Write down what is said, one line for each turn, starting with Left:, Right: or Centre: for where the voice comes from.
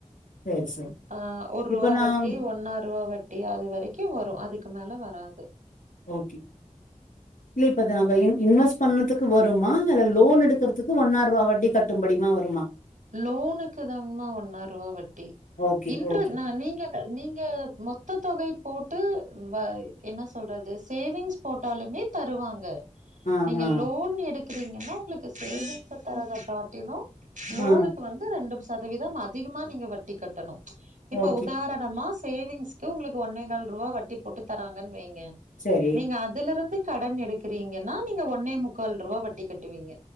Left: சரி சரி
Right: ஆ ஒரூவா
Left: இப்போ நான்
Right: வட்டி ஒன்னாரூவா வட் டி அது வரைக்கு வரு அதுக்கு மேல வராது
Left: ஓகே இல்ல இப்ப அத நம்ப இன் இன்வெஸ் பண்ணதுக்கு வருமா இல்ல லோன் எடுக்கறதுக்கு ஒன்னாரூவா வட்டி கட்டும்படிமா வருமா
Right: லோனுக்கு தாங்மா ஒன்னாரூவா வட்டி
Left: ஓகே,
Right: இன்ட்ர
Left: ஓகே.
Right: நா நீங்க நீங்க மொத்த தொகை போட்டு வ என்ன சொல்றது சேவிங்ஸ் போட்டாலுமே தருவாங்க
Left: ஆ,
Right: நீங்க
Left: ஆ,
Right: லோன் எடுக்குறீங்கன்னா உங்களுக்கு சேவிங்ஸ் தராத காட்டிலு லோனுக்கு
Left: ஆ.
Right: வந்து ரெண்டு சதவீதம் அதிகமா நீங்க வட்டி கட்டணு இப்ப
Left: ஓகே.
Right: உதார ணமா சேவிங்ஸ்க்கு உங்களுக்கு ஒன்னே கால் ரூவா வட்டி போட்டு தராங்கன் வைங்க
Left: சரி.
Right: நீங்க அதுலருந்து கடன் எடுக்குறீங்கன்னா நீங்க ஒன்னே முக்கால் ரூவா வட்டி கட்டுவீங்க